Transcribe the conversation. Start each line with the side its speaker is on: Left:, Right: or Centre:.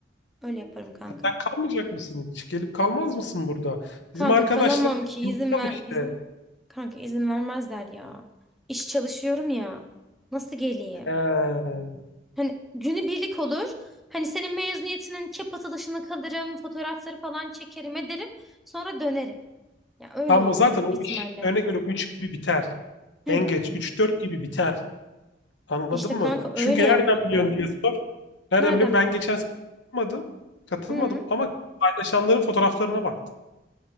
Centre: Öyle yaparım kanka.
Left: Sen kalmayacak mısın hiç? Gelip kalmaz mısın burada?
Centre: Kanka
Left: Bizim arkadaşlar
Centre: kalamam
Left: hepsini
Centre: ki izin
Left: kal
Centre: ver
Left: işte.
Centre: izin kanka izin vermezler ya. İş çalışıyorum ya. Nasıl geleyim?
Left: Ee,
Centre: Hani günü birlik olur. Hani senin mezuniyetinin kep atılışını kalırım, fotoğrafları falan çekerim ederim. Sonra dönerim. Ya öyle
Left: tam
Centre: olur
Left: o zaten
Centre: büyük
Left: o
Centre: bir ihtimalle.
Left: iş örnek veriyorum 3 gibi biter.
Centre: Hı.
Left: En geç üç dört gibi biter. Anladın
Centre: İşte
Left: mı?
Centre: kanka öyle
Left: Çünkü
Centre: yapmak
Left: nereden biliyorsun
Centre: lazım.
Left: diye sor. Nereden
Centre: Nereden
Left: biliyorum? Ben
Centre: bileyim?
Left: geçen sene katılmadım. Katılmadım
Centre: Hı.
Left: ama paylaşanların fotoğraflarına baktım.